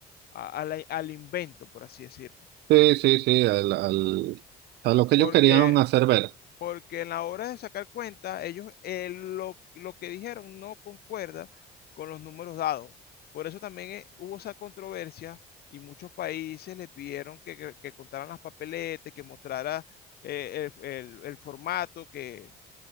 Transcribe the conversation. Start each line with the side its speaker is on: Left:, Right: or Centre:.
Left: a- a la- al invento, por así decirlo.
Right: Sí, sí, sí, al, al- a lo que
Left: Porque,
Right: ellos querían hacer ver.
Left: porque en la hora de sacar cuenta, ellos eh, lo, lo que dijeron no concuerda con los números dados. Por eso también eh, hubo esa controversia y muchos países le pidieron que, que- que contaran las papeletas, que mostrara eh, el, el- el formato, que